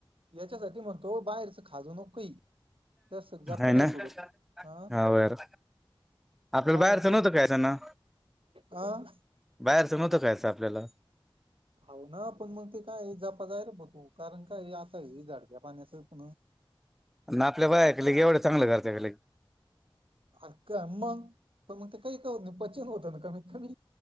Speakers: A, on the right (about 75°); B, in the centre.
A: याच्यासाठी म्हणतो बाहेरच खाजवू नको काही जरासं जपत
B: हाय ना
A: जाय थोडं, हा.
B: हाव यार आपल्याला
A: बाहेर
B: बाहेरचं
A: घ्या,
B: नव्हतं खायचं ना
A: आ.
B: बाहेरचं नव्हतं खायचं आपल्याला
A: हाव ना पण मग ते काय जपा जाय बा तू कारण काय आता हे झाड काय पाण्याच पुन
B: ना आपल्या बाया लई एवढ्या चांगल्या करत्या की लई
A: हाका मग पण मग ते काही करत नाही पचन होत ना कमी